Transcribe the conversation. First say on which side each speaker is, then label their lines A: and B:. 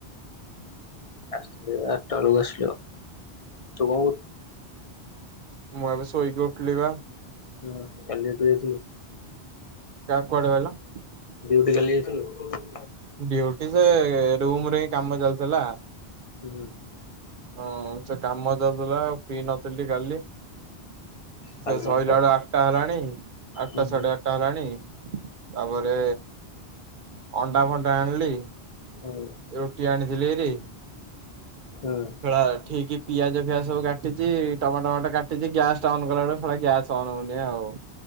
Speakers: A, on the left; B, on the right.
A: ଆଠଟା ବେଳକୁ ଆସିଲୁ, ତୁ କଣ କର
B: ମୁଁ ଏବେ ଶୋଇକି ଉଠିଲି ବା।
A: ହଁ କାଲି ପା ତୁ ଯାଇଥିଲୁ?
B: କାଇଁ କୁଆଡ଼େ କହି
A: ଡୁଟି କାଲି ଯାଇଥିଲୁ?
B: ଡୁଟି ସେ ରୁମ ରେ ହିଁ କାମ ଚାଲିଥିଲା।
A: ହୁଁ।
B: ହଁ ସେ କାମ ଚାଲିଥିଲା ଆଉ ପିଇ ନଥିଲି କାଲି
A: କାଲି
B: ସେ ସରିଲା
A: ତ
B: ବେଳୁ ଆଠଟା ହେଲାଣି, ଆଠଟା
A: ହୁଁ
B: ସାଢେ ଆଠଟା ହେଲାଣି। ତାପରେ ଅଣ୍ଡା ଫଣ୍ଡ ସେ
A: ହୁଁ
B: ରୋଟି ଆଣି ଥିଲି ହେରି
A: ହୁଁ
B: ସେଳା ଠିକି ପିଆଜ ଫିଆଜ ସବୁ କାଟିଚି, ଟମାଟ ଫମାଟୋ କାଟିଚି ଗ୍ୟାସ ଟା ଅନ୍ କଲା ବେଳକୁ ଶଳା ଗ୍ୟାସ ଟା ଅନ୍ ହଉନି ଆଉ।